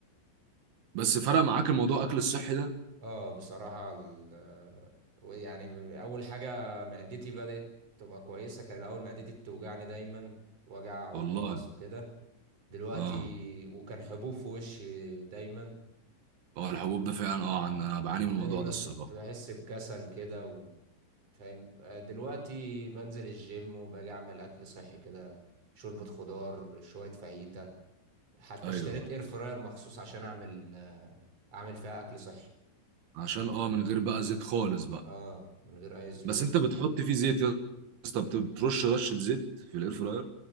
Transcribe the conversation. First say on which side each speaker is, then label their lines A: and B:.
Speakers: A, on the right; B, on the right.
A: بس فرق معاك الموضوع أكل الصحي ده
B: اه بصراحه ال... يعني اول حاجه معدتي بدات تبقى كويسه كان الاول معدتي بتوجعني دايما وجع ومغص
A: والله
B: وكده دلوقتي
A: أه
B: وكان حبوب في وشي دايما
A: أه الحبوب ده فعلا أه عن- أنا بعاني
B: ودايما
A: من الموضوع ده الصراحة
B: كنت بحس بكسل كده فاهم آه، دلوقتي بنزل الجيم وباجي اعمل اكل صحي كده شوربة خضار شوية فاهيتا حتى
A: أيوه
B: اشتريت اير فراير مخصوص عشان اعمل آه، اعمل فيها اكل صحي
A: عشان أه من غير بقى زيت خالص بقى
B: اه من غير اي زيوت
A: بس انت بتحط فيه زيت يا اسطى بت- بترش رشه زيت في الاير فراير